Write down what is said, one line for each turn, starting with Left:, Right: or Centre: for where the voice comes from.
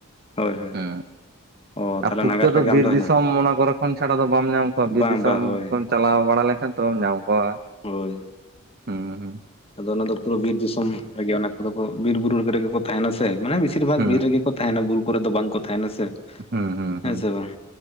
Left: ᱦᱳᱭ ᱦᱳᱭ
Right: ᱦᱚ
Left: ᱚ ᱛᱟᱦᱚᱞᱮ
Right: ᱟᱨ ᱯᱩᱴᱠᱟᱹ
Left: ᱱᱟᱜᱟᱨ
Right: ᱫᱚ
Left: ᱨᱮᱜᱮ ᱟᱢ
Right: ᱵᱤᱨ
Left: ᱦᱮᱱᱟᱢᱟ
Right: ᱫᱤᱥᱚᱢ ᱚᱱᱟ ᱠᱚᱨᱮ᱾ ᱛᱠᱷᱚᱱ ᱪᱷᱟᱲᱟ ᱫᱚ ᱵᱟᱢ ᱧᱟᱢ ᱠᱚᱣᱟ ᱵᱤᱨ
Left: ᱵᱟᱝ
Right: ᱫᱤᱥᱚᱢ
Left: ᱵᱟᱝ ᱦᱳᱭ
Right: ᱠᱚᱢ ᱪᱟᱞᱟᱣ ᱵᱟᱲᱟ ᱞᱮᱱᱠᱷᱟᱱ ᱛᱢ ᱧᱟᱢ ᱠᱚᱣᱟ᱾
Left: ᱦᱳᱭ
Right: ᱦᱮᱸ ᱦᱮᱸ
Left: ᱚᱱᱟ ᱫᱚ ᱯᱩᱨᱟᱹ ᱵᱤᱨ ᱫᱤᱥᱚᱢ ᱟᱨ ᱚᱱᱟ ᱟᱫ ᱚᱱᱟ ᱫᱚ ᱵᱤᱨ ᱫᱤᱥᱚᱢ ᱨᱮᱜᱮ ᱠᱚᱫᱚ ᱵᱤᱨ ᱵᱩᱨᱩ ᱨᱮᱜᱮ ᱠᱚ ᱛᱟᱦᱮᱸᱱᱟ ᱥᱮ ᱢᱟᱱᱮ ᱵᱤᱥᱤᱨ ᱵᱷᱟᱜᱽ
Right: ᱦᱩᱸ
Left: ᱵᱤᱨ ᱨᱮᱜᱮ ᱠᱚ᱾ ᱛᱟᱦᱮᱱᱟ ᱵᱩᱨᱩ ᱠᱚᱨᱮ ᱫᱚ ᱵᱟᱝ ᱠᱚ ᱛᱟᱦᱮᱱᱟ ᱥᱮ
Right: ᱦᱩᱸ ᱦᱩᱸ
Left: ᱦᱮ
Right: ᱦᱩᱸ
Left: ᱥᱮ ᱵᱟᱝ᱾